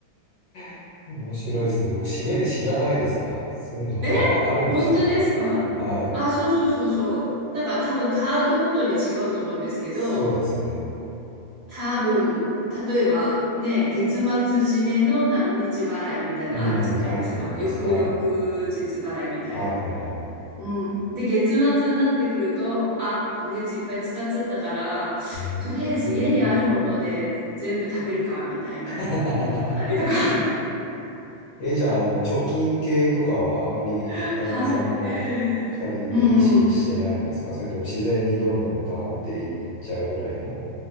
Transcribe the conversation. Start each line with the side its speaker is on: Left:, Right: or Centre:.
Left: <laughs> 面白いですね。僕、締め日知らないですわ。そういうのも、
Right: え
Left: まあ、あるんでしょうね。
Right: 本当ですかあ、
Left: はい。
Right: そうそうそうそう。だから多分カードごとに違うと思うんですけど、
Left: そうですよね。
Right: 多分、例えばね、月末締めの何日払いみたいなのあるじゃないですか。
Left: うん、あると思います。
Right: 翌々
Left: はい。
Right: 日払いみたいな。
Left: はい、はい、はい。
Right: うん。で、月末になってくると、あ、今月いっぱい使っちゃったから、
Left: うーん。
Right: とりあえず家にあるもので全部食べるか、みたいなのだったりとか。
Left: <laughs> え、じゃあ、あの、貯金系とかはあまり旦那さんも二人で意識してないんですかそれとも自然にどんどん溜まっていっちゃうぐらいの
Right: <laughs> はい。うん。